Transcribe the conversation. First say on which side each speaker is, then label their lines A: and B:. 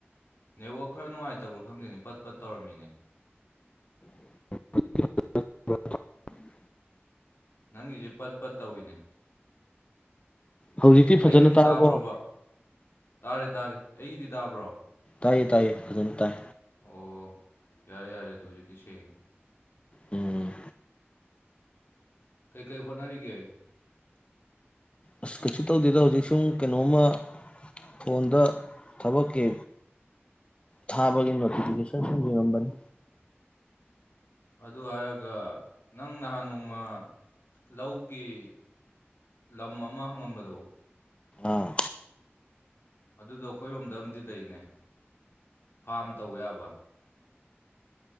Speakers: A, on the left (about 60°); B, on the left (about 25°).
A: ꯅꯦꯠꯋꯥꯛ ꯈꯔ ꯅꯨꯡꯉꯥꯏꯇꯕ꯭ꯔꯣ ꯈꯪꯗꯦꯅꯦ ꯄꯠ ꯄꯠ ꯇꯧꯔꯝꯃꯤꯅꯦ
B: <inaudible>
A: ꯅꯪꯒꯤꯁꯦ ꯄꯠ ꯄꯠ ꯇꯧꯏꯤꯅꯦ
B: ꯍꯧꯖꯤꯛꯇꯤ ꯐꯖꯅ
A: ꯑꯩꯒꯤꯗꯤ
B: ꯇꯥꯔꯕꯣ
A: ꯇꯥꯕ꯭ꯔꯣꯕ ꯇꯥꯔꯦ ꯇꯥꯔꯦ ꯑꯩꯒꯤꯗꯤ ꯇꯥꯕ꯭ꯔꯣ
B: ꯇꯥꯏꯌꯦ ꯇꯥꯏꯌꯦ ꯐꯖꯅ ꯇꯥꯏ
A: ꯑꯣ ꯌꯥꯔꯦ ꯌꯥꯔꯦ ꯑꯗꯨ ꯍꯧꯖꯤꯛꯇꯤ ꯁꯦꯡꯉꯦ
B: ꯎꯝ
A: ꯀꯩꯀꯩ ꯍꯣꯠꯅꯔꯤꯒꯦ
B: ꯑꯁ ꯀꯩꯁꯨ ꯇꯧꯗꯦꯗ ꯍꯧꯖꯤꯛ ꯁꯨꯝ ꯀꯩꯅꯣꯝꯃ ꯐꯣꯟꯗ ꯊꯕꯛꯀꯤ ꯊꯥꯕꯒꯤ ꯅꯣꯇꯤꯐꯤꯀꯦꯁꯟ ꯁꯨꯝ ꯌꯦꯡꯉꯝꯕꯅꯤ
A: ꯑꯗꯨ ꯍꯥꯏꯔꯒ ꯅꯪ ꯅꯍꯥꯟ ꯅꯣꯡꯃ ꯂꯧꯒꯤ ꯂꯝ ꯑꯃ ꯍꯪꯉꯝꯕꯗꯣ
B: ꯑꯥ
A: ꯑꯗꯨꯗꯣ ꯑꯩꯈꯣꯏꯔꯣꯝꯗ ꯑꯝꯗꯤ ꯂꯩꯅꯦ ꯐꯥꯔꯝ ꯇꯧ ꯌꯥꯕ